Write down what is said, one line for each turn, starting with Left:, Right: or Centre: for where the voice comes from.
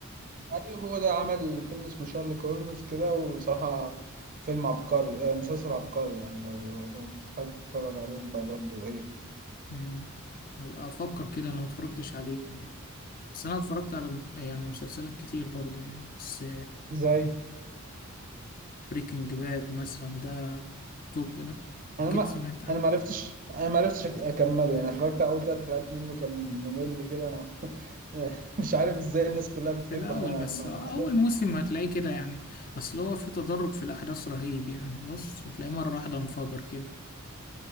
Right: ايوه هو ده عمل فيلم اسمه شارلي كورموز كده وصراحة فيلم عبقري آه مسلسل عبقري يعني لو لو حابب تتفرج عليه بقى برضو ايه
Left: مم. هبقى افكر كده انا ما اتفرجتش عليه بس انا اتفرجت على يعني مسلسلات كتير برضو يعني بس
Right: زي
Left: بريكنج باد مثلا ده توب ده
Right: انا
Left: اكيد
Right: ما
Left: سمعت عنه
Right: انا ما عرفتش انا ما عرفتش أك- اكمله يعني اتفرجت على اول ثلاث حلقات منه كان ممل كده <laughs> مش عارف ازاي الناس كلها بتحبه
Left: في الاول
Right: انا
Left: بس
Right: ما
Left: اول
Right: ما قدرت
Left: موسم هتلاقيه كده يعني اصل هو في تدرج في الاحداث رهيب يعني بص هتلاقيه مره واحده انفجر كده